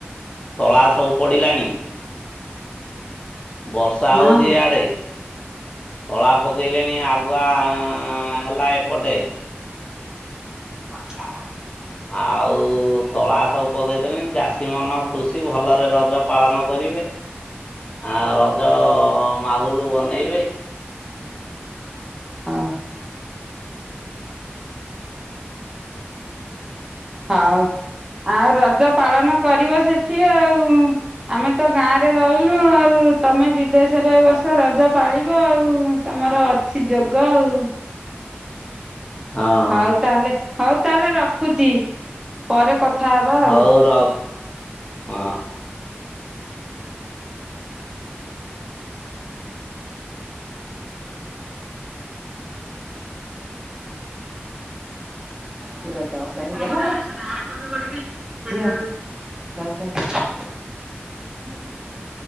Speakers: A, on the left; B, on the right.
A: ତଳା ସବୁ ପଡିଲାଣି। ବର୍ଷା ହଉଚି
B: ହଁ
A: ଇଆଡେ ତଳା ପକେଇଲେଣି ଆଗୁଆ ହେଲା ଏପଟେ
B: କଟିଗଲା
A: ଆଉ ତଳା ସବୁ ପକେଇଦେଲେଣି। ଚାଷୀ ମନ ଖୁସି ଭଲରେ ରଜ ପାଳନ କରିବେ। ଆ ରଜ ମାହୁଲ ବନେଇବେ।
B: ହଁ। ହଉ ଆଉ ରଜ ପାଳନ କରିବ ସେଠି ଆଉ। ଆମେ ତ ଗାଁରେ ରହିଲୁ ଆଉ ତମେ ବିଦେଶରେ ଏ ବର୍ଷ ରଜ ପାଳିବ ଆଉ ତମର ଅଛି ଯୋଗ ଆଉ।
A: ହଁ
B: ହଉ ତାହେଲେ ହଉ ତାହେଲେ ରଖୁଛି ପରେ କଥା ହବା।
A: ହଉ
B: ଆଉ।
A: ରଖ ହଁ।
B: ପୁରା ଦଶ ହେଇଗଲା ଲୋ ଝିଅ ଦଶ ହେଇଗଲା।
A: <inaudible>